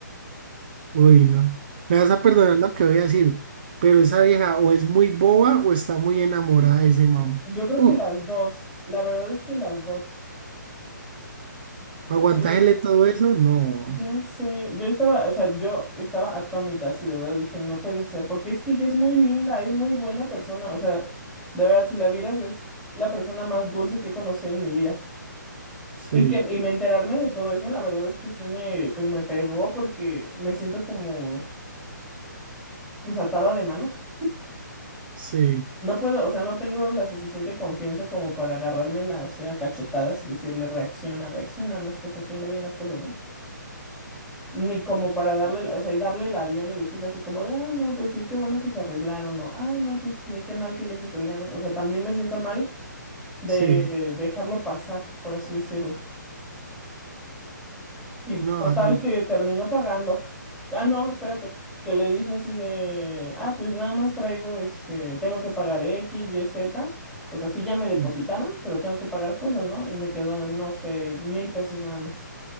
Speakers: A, on the right; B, in the centre.
A: Uy, no. Me vas a perdonar lo que voy a decir, pero esa vieja o es muy boba o está muy enamorada de ese mamá.
B: Yo creo
A: Uh,
B: que las dos, la verdad es que las dos.
A: aguantarle
B: Sí,
A: todo eso, no.
B: ya sé, yo estaba, o sea, yo estaba atónita, así de verdad dije, no puede ser, porque es que ella es muy linda, es muy buena persona, o sea, de verdad, si la vieras, es la persona más dulce que he conocido en mi vida.
A: Sí,
B: Y que, y me enterarme de todo eso, la verdad es que sí me, pues me pegó porque me siento como, pues atada de manos.
A: sí,
B: No puedo, o sea, no tengo la suficiente confianza como para agarrármela así a cachetadas y decirle, reacciona, reacciona, no estás haciendo bien las cosas, ¿no? Ni como para darle, la- o sea, y darle el avión y decirle así como de, ah, no, pues sí, qué bueno que se arreglaron, o, ah, no, pues sí, qué mal que ya se pelearon. O sea, también me siento mal de
A: sí.
B: dejarlo pasar, por así decirlo. Y pues,
A: No,
B: total
A: ay,
B: que terminó pagando. Ah, no, espérate, que le dijo así de, ah, pues nada más traigo, este, tengo que pagar X, Y, Z. O sea, sí ya me depositaron,
A: sí.
B: pero tengo que pagar cosas, ¿no? Y me quedó, no sé, mil pesos nada más.